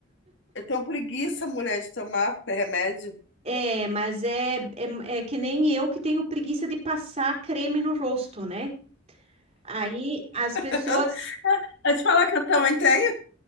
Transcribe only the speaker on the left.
Eu tenho preguiça, mulher, de tomar remédio.
<laughs>
Eu te falar que eu também tenho